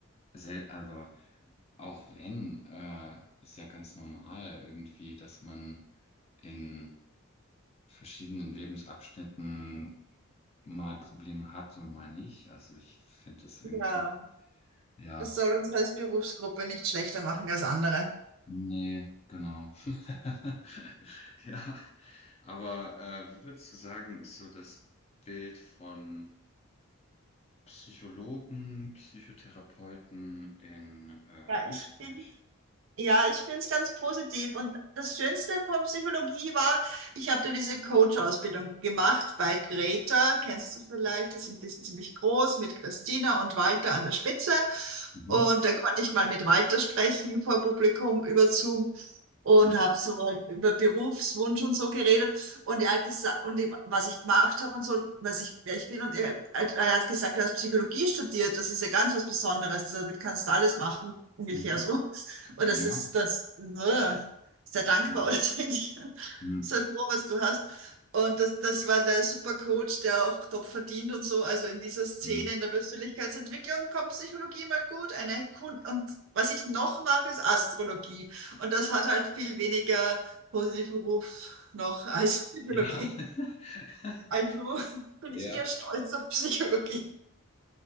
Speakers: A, on the left; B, on the right.
A: sel- also auch wenn, äh, ist ja ganz normal irgendwie, dass man in verschiedenen Lebensabschnitten mal Probleme hat und mal nicht. Also ich finde das irgendwie,
B: Ja,
A: ja,
B: das soll uns als Berufsgruppe nicht schlechter machen als andere.
A: nee, genau. <laughs> Ja, aber äh, wie würdest du sagen, ist so das Bild von Psychologen, Psychotherapeuten in äh,
B: Ja,
A: Österreich.
B: ich bin Ja, ich finde es ganz positiv. Und das Schönste von Psychologie war, ich habe da diese Coach-Ausbildung gemacht bei Greta. Kennst du vielleicht? Das sind, die sind ziemlich groß mit Christina und Walter an der Spitze.
A: Mhm.
B: Und da konnte ich mal mit Walter sprechen vor Publikum über Zoom und
A: Ja.
B: habe so mal über Berufswunsch und so geredet und er hat gesagt und ich, was ich gemacht habe und so und was ich wer ich bin und er, hat- er hat gesagt, du hast Psychologie studiert, das ist ja ganz was Besonderes, damit kannst du alles machen ungefähr
A: Mhm.
B: so <laughs> und das
A: Ja.
B: ist das äh, sehr dankbar
A: Mhm.
B: <laughs> oder so ähnlich.
A: Mhm.
B: Sei froh, was du hast. Und das, das war der super Coach, der auch top verdient und so. Also in dieser Szene
A: Mhm.
B: in der Persönlichkeitsentwicklung kommt Psychologie mal gut. Eine Kun und was ich noch mache, ist Astrologie. Und das hat halt viel weniger positiven Ruf noch als Psychologie.
A: Ja. <laughs>
B: Also <laughs> bin
A: Ja,
B: ich eher stolz auf Psychologie.